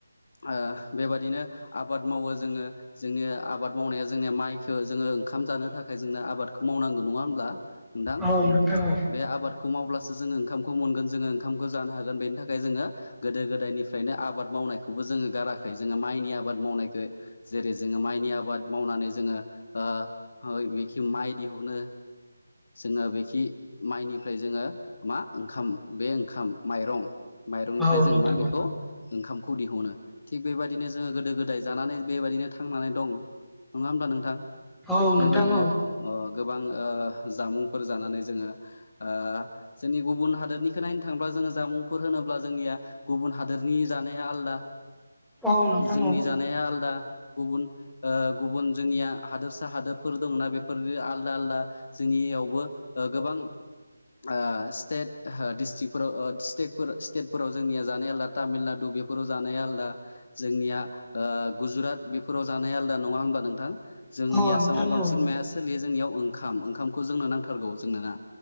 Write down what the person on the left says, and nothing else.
ओ बेबादिनो आबाद मावो जोंङो जोंनि आबाद मावनाया जोंनिया माइखौ जोंङो ओखाम जानो थाखाय जोंनो आबादखौ मावनांगौ नंङा होनब्ला नोंथां
बे आबादखौ माव ओंखामखौ मोनगोन जोंङो ओंखामखौ जानो हागोन बेनि थाखाय जोंङो गोदो गोदायनिफ्रायनो आबाद मावनायखौबो जोङो गाराखै जोंङो माइनि आबाद मावनायखौ जेरै जोंङो माइनि आबाद मावनानै जोङो ओ ओ बेखि माइ दिहुनो जोङो बेखि माइनिफ्राय जोङो मा ओंखाम बे ओंखाम माइरं माइरंनिफ्राय
जों
मा बेखौ
ओंखामखौ दिहुनो थिग बेबायदिनो जोंङो गोदो गोदाय जानानै बेबायदिनो थांनानै दं नंङा होमब्ला नोंथां
बेबायदिनो
गोबां ओ जामुंफोर जानानै जोङो ओ जोंनि गुबुन हादोरनिखौ नायनो थांयोब्ला जोङो जामुंफोर होनोब्ला अब्ला जोंनिया गुबुन हादोरनि जानाया आलदा
जोंनि
जानाया आलदा गुबुन ओ गुबुन जोंनिया हादोर सा हादोरफोर दोङोना बेफोर आलदा आलदा जोंनियावबो ओ गोबां ओ स्टेट दिस्थ्रिकफोराव स्टेट स्टेटफोराव जोंनिया जानाय आलदा तामिलनाडु बेफोराव जानाय आलादा जोंनिया ओ गुजरात बेफोराव जानाया आलादा नंङा होमब्ला नोंथां जोंनि
आसामाव
बांसिन
माया सोलियो जोंनियाव ओंखाम ओंखाम ओंखामखौ जोंनो नांथारगौ जोंनोना